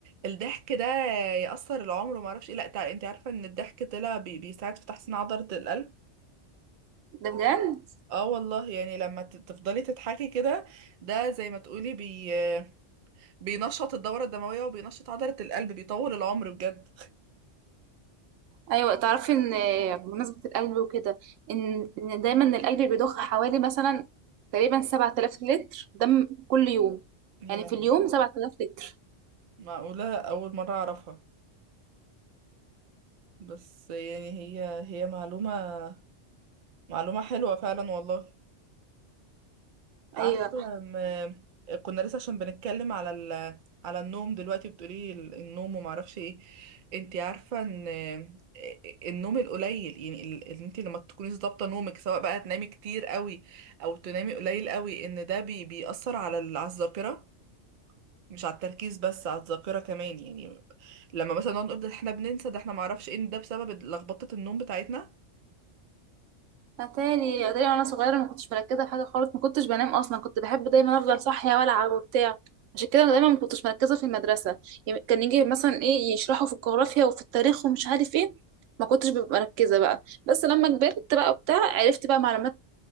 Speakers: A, on the right (about 55°); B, on the right (about 85°).
A: الضحك ده يأثر العمر وما اعرفش ايه لا تع... انت عارفة ان الضحك طلع بي... بيساعد في تحسين عضلة القلب
B: ده بجد
A: اه والله يعني لما ت- تفضلي تضحكي كده ده زي ما تقولي بي... بينشط الدورة الدموية وبينشط عضلة القلب بيطول العمر بجد
B: ايوه تعرفي ان بمناسبه القلب وكده ان ان دايما القلب بيضخ حوالي مثلا تقريبا 7000 لتر دم كل يوم
A: <laughs> يا
B: يعني
A: لهوي
B: في اليوم 7000 لتر
A: معقولة أول مرة أعرفها بس يعني هي هي معلومة معلومة حلوة فعلا والله عارفة
B: ايوه
A: م- كنا لسه عشان بنتكلم على ال... على النوم دلوقتي بتقولي ال- النوم وما اعرفش ايه انت عارفة ان النوم القليل يعني ال... ان انت لما تكوني ظابطة نومك سواء بقى تنامي كتير قوي او تنامي قليل قوي ان ده بي... بيأثر على ال... على الذاكرة مش على التركيز بس على الذاكرة كمان يعني لما مثلا نقعد نقول ده احنا بننسى ده احنا ما اعرفش ايه ده بسبب لخبطة النوم بتاعتنا
B: اتاري اتاري وانا صغيره ما كنتش مركزه في حاجه خالص ما كنتش بنام اصلا كنت بحب دايما افضل صاحيه والعب وبتاع عشان كده دايما ما كنتش مركزه في المدرسه يعني كان يجي مثلا ايه يشرحوا في الجغرافيا وفي التاريخ ومش عارف ايه ما كنتش ببقى مركزه بقى بس لما كبرت بقى وبتاع عرفت بقى معلومات